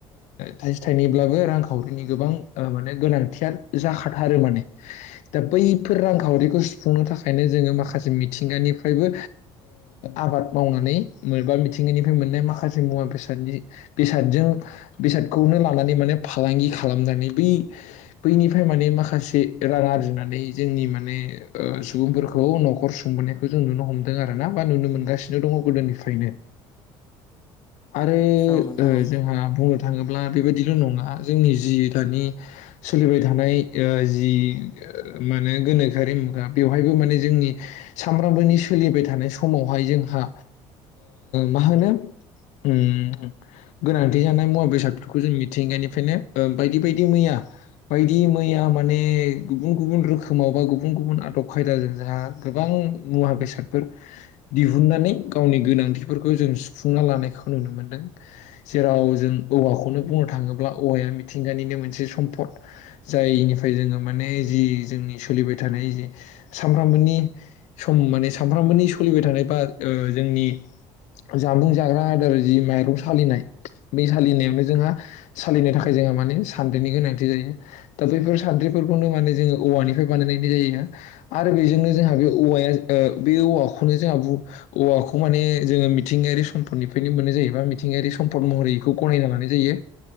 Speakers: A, on the left; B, on the left.
A: थाइसे थाइनैब्लाबो रांखावरिनि गोबां मान गोनांथि जाखाथारो माने दा बैफोर रांखावरिखौ सुफुंनो थाखायनो जोङो माखासे मिथिंगानिफ्रायबो आबाद मावनानै मोनबा मिथि बिनाखायनो मोननाय माखासे मुवा बेसाद बेबादिजों बेसादखौनो लानानै फालांगि खालामनानै बै बैनिफ्राय माने माखासे रां आरजिनानै जोंनि माने। सुबुंफोरखौ न'खर सुंबोनायखौ जों नुनो हमदों आरो ना बा नुनो मोनगासिनो दङ गोदोनिफ्रायनो आरो
B: औ नोंथां औ
A: जोंहा बुङो थाङोब्ला बेबायदिल' नङा जोंनि जि दानि सोलिबाय थानाय ओ जि माने गोनोखोआरि मु गा बेवहायबो माने जोंनि सामफ्रामबोनि सोलिबाय थानाय समावहाय जोंहा मा होनो ओम गोनांथि जानाय मुवा बेसादफोरखौ जों मिथिंगानिफ्रायनो बायदि बायदि मैया बायदि मैया माने गुबुन गुबुन रोखोमाव बा गुबुन गुबुन आदब खायदाजों जोंहा गोबां मुवा बेसादफोर दिहुननानै गावनि गोनांथिफोरखौ जों सुफुंना लानायखौ नुनो मोनदों जेराव जों औवाखौनो बुंनो थाङोब्ला औवाया मिथिं गानिनो मोनसे सम्पद जायनिफ्राय जोङो माने जि जोंनि सोलिबाय थानाय जि सानफ्रामबोनि सम माने सानफ्रामबोनि सोलिबाय थानाय बा जोंनि जामुं जाग्रा आदार जि माइरं सालिनाय बै सालिनायावनो जोंहा सालिनो थाखाय जोंहा माने सान्द्रिनि गोनांथि जायो दा बैफोर सान्द्रि बेफोरखौनो माने जोङो औवानिफ्राय बानायनाय जायो आरो बेजोंनो जोंहा बे औवाया ओ बेयो औवाखौनो जोंहा बु औवाखौ माने जोङो मिथिंगायारि सम्पदनिफ्रायनो मोननाय जायो बा मिथिंगायारि सम्पद महरै इखौ गनायना लानाय जायो।